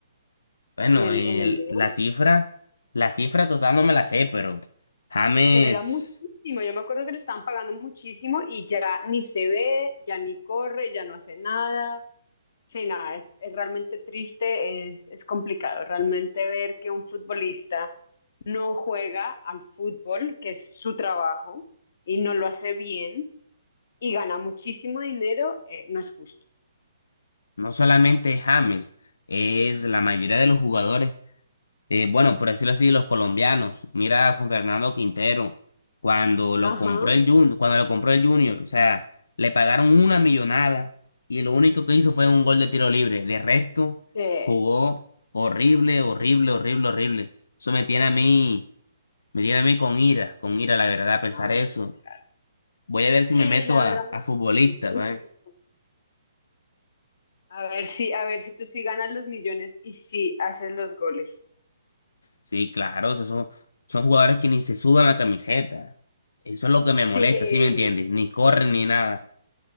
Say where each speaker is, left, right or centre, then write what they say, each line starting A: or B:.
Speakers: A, on the left; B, on the left.
A: Bueno,
B: en el,
A: el-
B: en el León?
A: la cifra, la cifra total no me la sé, pero James,
B: Pero era muchísimo, yo me acuerdo que le estaban pagando muchísimo y ya ni se ve, ya ni corre, ya no hace nada. Sí, no, es, es realmente triste, es, es complicado. Realmente ver que un futbolista no juega al fútbol, que es su trabajo, y no lo hace bien, y gana muchísimo dinero, eh, no es justo.
A: no solamente es James, es la mayoría de los jugadores eh, bueno, por decirlo así, los colombianos. Mira a Juan Fernando Quintero, cuando lo
B: Ajá.
A: compró el Junior, cuando lo compró el Junior, o sea, le pagaron una millonada y lo único que hizo fue un gol de tiro libre. De resto,
B: Sí,
A: jugó horrible, horrible, horrible, horrible. Eso me tiene a mí, me tiene a mí con ira, con ira, la verdad, pensar
B: no,
A: eso.
B: pues, claro.
A: Voy a ver si
B: sí,
A: me meto
B: la
A: a,
B: verdad, muy
A: a futbolista,
B: triste, muy
A: ¿vale?
B: triste. A ver si, a ver si tú sí ganas los millones y sí haces los goles.
A: Sí, claro, esos son, son jugadores que ni se sudan la camiseta. Eso es lo que me
B: Sí,
A: molesta, ¿sí me entiendes? Ni corren ni nada.